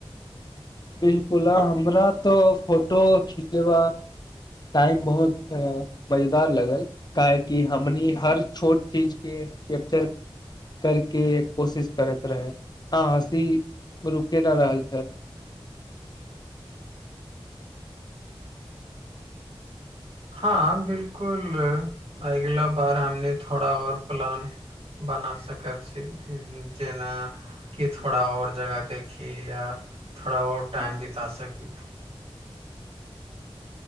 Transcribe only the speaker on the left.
बिलकुल आ हमरा तो फोटो खिचेबा टाइम बहुत मजेदार लगल काहेकि हमनी हर छोट चीज के कैप्चर करके कोशिश करैत रहै आँ हँसी गरु केना रहल छल